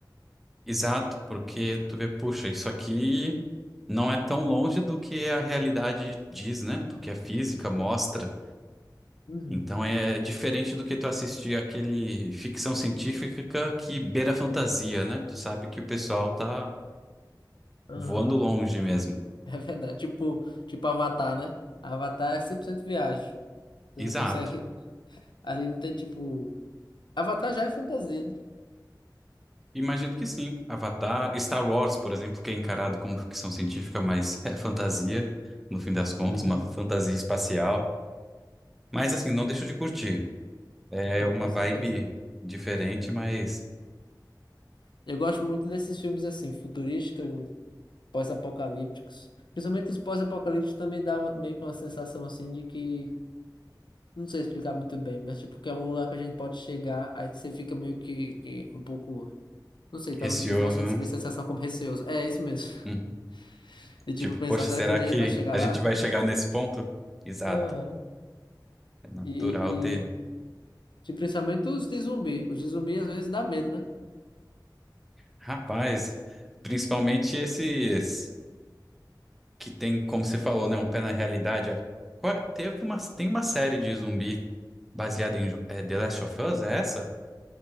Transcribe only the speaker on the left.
Uhum.
Aham.
É verdade. Tipo, tipo Avatar, né? Avatar é 100% viagem. Você
não consegue. Ali não tem tipo. Avatar já é fantasia, né?
Uhum.
Não,
né?
não,
com certeza.
Eu gosto muito desses filmes assim, futurísticos, pós-apocalípticos. Principalmente os pós-apocalípticos também dá uma- meio que uma sensação assim de que. Não sei explicar muito bem, mas tipo, que é um lugar que a gente pode chegar, aí que você fica meio que, que um pouco. Não sei, talvez
eu possa
descrever essa sensação como receoso. É isso mesmo.
<laughs> De tipo,
pensar,
será
que um dia
a gente vai chegar
lá?
Aham.
E,
e de- principalmente os de zumbi. Os de zumbi às vezes dá medo, né?